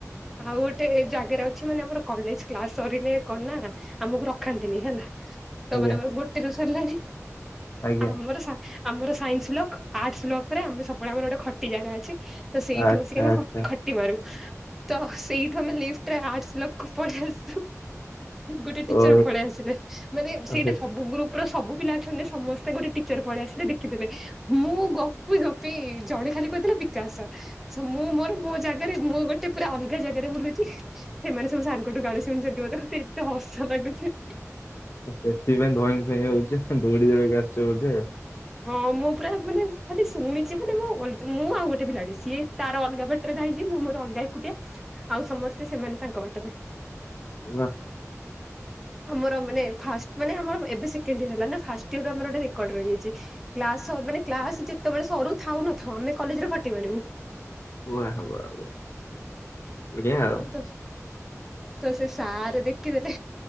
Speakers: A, in the centre; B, on the left.
A: ଆଉ ଗୋଟେ ଜାଗାରେ ଅଛି ମାନେ ଆମର କଲେଜ କ୍ଲାସ ସରିଲେ କଣ ନା ଆମକୁ ରଖାନ୍ତିନି ହେଲା। ତ
B: ଆଜ୍ଞା
A: ମାନେ ଆମର ଗୋଟେରୁ ସରିଲାଣି
B: ଆଜ୍ଞା
A: ଆମର ସା ଆମର ସାଇନ୍ସ ବ୍ଲକ, ଆର୍ଟସ ବ୍ଲକରେ ଆମ ସବୁବେଳେ ଆମର ଗୋଟେ ଖଟି ଜାଗା ଅଛି ତ ସେଇଠି
B: ଆଚ୍ଛା
A: ବସିକି ଆମେ
B: ଆଚ୍ଛା
A: ଖ ଟି ମାରୁ ତ ସେଇଠୁ ଆମେ ଲିଫ୍ଟରେ ଆର୍ଟ୍ସ ବ୍ଲକ ପଳେଇ ଆସୁ। ଗୋଟେ ଟିଚର
B: ଓ
A: ପଳେଇ ଆସିଲେ ମାନେ ସେଇଟା
B: ସେ
A: ସବୁ ଗୁରୁ ର ସବୁ ପିଲା ଅଛନ୍ତି ସମସ୍ତେ ଗୋଟେ ଟିଚର ପଳେଇ ଆସିଲେ ଦେଖିଦେଲେ। ମୁଁ ଗପି ଗପି ଜଣେ ଖାଲି କଥିଲେ ବିକାଶ ସାର୍ ମୁଁ ମୋର ମୋ ଜାଗାରେ ମୁଁ ଗୋଟେ ପୁରା ଅଲଗା ଜାଗାରେ ବୁଲୁଚି। ସେମାନେ ସବୁ ସାରଙ୍କଠୁ ଗାଳି ଶୁଣୁଛନ୍ତି ବୋଧେ, ମତେ ଏତେ ହସ ଲାଗୁଚି।
B: ସେଥିପାଇଁ ଧଇଁ ସଇଁ ହଉଚି ଦୌଡି ଦୌଡକି ଆସଛ ବୋଧେ ଆଉ।
A: ହଁ ମୁଁ ପୁରା ମାନେ ଖାଲି ଶୁଣିଚି ମାନେ ମ ଅଲଗା ମୁଁ ଆଉ ଗୋଟେ ପିଲାଟେ ସିଏ ତାର ଅଲଗା ବାଟରେ ଧାଇଚି ମୁଁ ମୋର ଅଲଗା ଏକୁଟିଆ ଆଉ ସମସ୍ତେ ସେମାନେ ତାଙ୍କ ବାଟରେ।
B: ବାଃ।
A: ଆମର ମାନେ ଫାଷ୍ଟ ମାନେ ଆମର ଏବେ ସେକଣ୍ଡ ଇୟର ହେଲା ନା ଫାଷ୍ଟ ଇର ଆମର ରେକର୍ଡ ରହିଯାଇଚି। କ୍ଲାସ ସ ମାନେ କ୍ଲାସ ଯେତେବେଳେ ସରୁ ଥାଉ ନଥାଉ ଆମେ କଲେଜରେ ଖଟି ମାରିବୁ।
B: ୱା ୱା ୱା ବଢିଆ ଆଉ
A: ତ ତ ସେ ସାର ଦେଖିଦେଲେ।